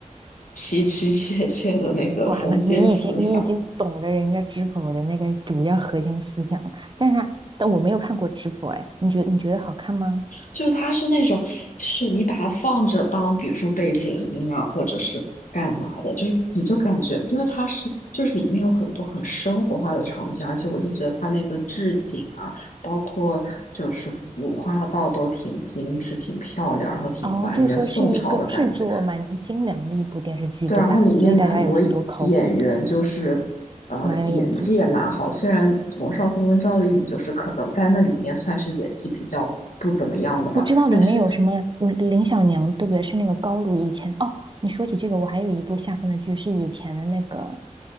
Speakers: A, on the left; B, on the right.
A: 妻妻妾妾的那个封建思想。
B: 完了，你已经你已经懂了人家知否的那个主要核心思想了，但是它但我没有看过知否，哎，你觉得你觉得好看吗？
A: 就是它是那种，就是你把它放着当，比如说背景音啊，或者是干嘛的，就是你就感觉，因为它是就是里面有很多很生活化的场景，而且我就觉得它那个置景啊，包括就是服化道都挺精致、挺漂亮，然后挺还原宋朝的感觉。
B: 哦，就是说是一个制作蛮精良的一部电视剧，
A: 对，
B: 对吧？
A: 然后里面很多演员就是。
B: 所以大家有很多考古的，
A: 呃，
B: 蛮有演技的。
A: 演技也蛮好。虽然冯绍峰跟赵丽颖就是可能在那里面算是演技比较不怎么样的吧，
B: 我知道里面有什么有林小娘，
A: 但是
B: 对不对？是那个高露以前哦。你说起这个，我还有一部下饭的剧是以前的那个